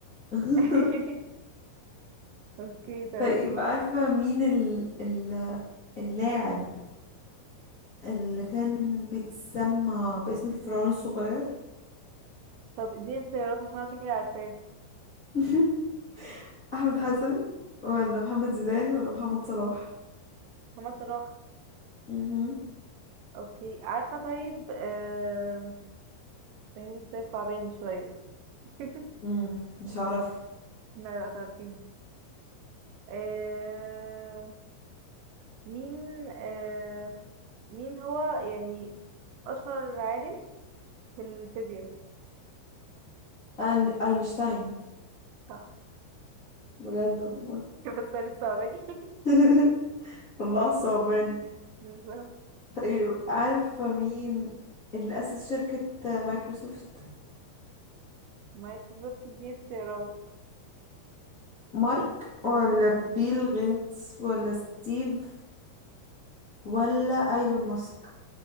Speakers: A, on the left; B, on the right.
A: <laughs>
B: <laughs> اوكي تمام
A: طيب عارفة مين ال... ال... اللاعب اللي كان بيتسمى باسم الفرعون الصغير
B: طب اديني اختيارات عشان انا شكلي عارفاه
A: <laughs> احمد حسن ولا محمد زيدان ولا محمد صلاح
B: محمد صلاح
A: مهم.
B: اوكي عارفة طيب آه... تجربة ده صعباني شوية <laughs>
A: مم. مش هعرفه
B: لا لا تعرفين آه... مين آه... مين هو يعني أشهر عالم في الفيزياء
A: أين- اينشتاين
B: صح
A: بجد والله
B: <laughs> بس الصعباني
A: <laughs> الله صعبان
B: <laughs> بالظبط.
A: طيب عارفة مين اللي أسس شركة مايكروسوفت
B: مايكل بالظبط دي اختيارات
A: مارك ولا بيل غيتس ولا ستيف ولا ايلون ماسك